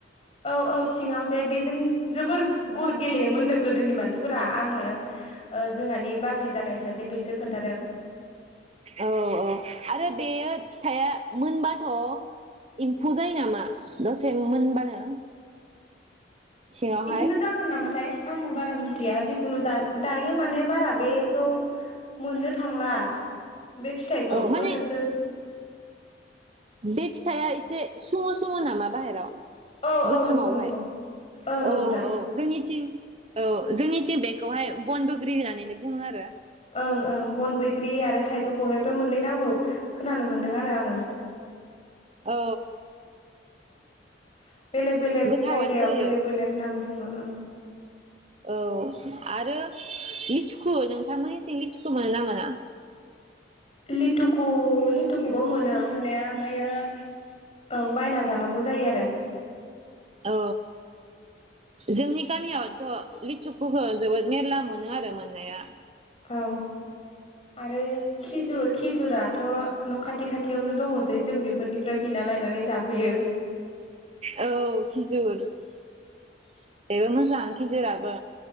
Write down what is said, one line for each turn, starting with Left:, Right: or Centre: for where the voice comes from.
Left: औ औ सिङाव दे बेजों जोबोर गर गेलेयोमोननो गोदोनि मानसिफोरा आंनो ओ जोंहानि बाजै जानाय सासे बेसो खोन्थादों
Right: औ औ आरो बेयो फिथाइया मोनबाथ' एम्फौ जायो नामा दसे मोनबानो सिङावहाय
Left: बिदिनो जागोन नामाथाय आङो बारा मोन थिया जिखुनु दायो माने बारा बेखौ मोननो थांला बे फिथाइखौ
Right: औ माने
Left: गोदोसो <inaudible>
Right: बे फिथाइआ एसे सुमु सुमु नामा बाहेराव
Left: औ औ
Right: गोथांआवहाय
Left: नंगौ नंगौ नंगौ
Right: औ
Left: दा
Right: औ जोंनिथिं औ जोंनिथि बेखौहाय बन बग्रि होननानै बुङो आरो
Left: ओं ओं बन बैग्रि आरो थाइजौ खहेबो मोननै नांगौ खोनानो मोन्दों आरो आङो
Right: औ
Left: <inaudible> बेलेग बेलेग
Right: गोथावानो
Left: जायगायाव
Right: जायो
Left: बेलेग बेलेग नाम बुङो ओं
Right: औ आरो लिथुखु नोंथां लिथुखु मोनो ना मोना
Left: लिथुखौ लिथुखौबो मोनो मोननाया ओमफ्राययो ओं बायना जानांगौ जायो आरो
Right: औ जोंनि गामियावथ' लिथुखौहो जोबोद मेरला मोनो आरो मोननाया
Left: औ आरो खिजुर खिजुराथ' न' खाथि खाथियावनो दङसै जों बेफोरनिफ्राय बिना लायनानै जाफैयो
Right: औ खिजुर एबो मोजां खिजुराबो